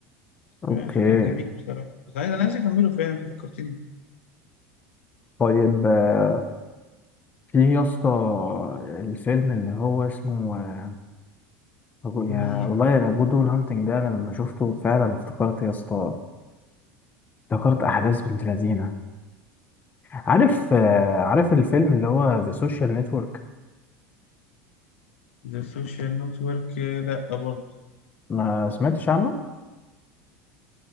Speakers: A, on the left; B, on the left.
A: اوكي
B: آه، سمعته كان جميل بصراحه بس عايز انا عايز اكمله فعلا انت فكرتني بيه.
A: طيب آه، في يا اسطى الفيلم اللي هو اسمه آه، يا
B: مين
A: والله انا جود ويل هانتنج ده انا لما شفته فعلا افتكرت يا اسطى افتكرت احداث بنت لذينه عارف آه، عارف الفيلم اللي هو ذا سوشيال نتورك
B: ذا سوشيال نتورك لا برضه
A: ما سمعتش عنه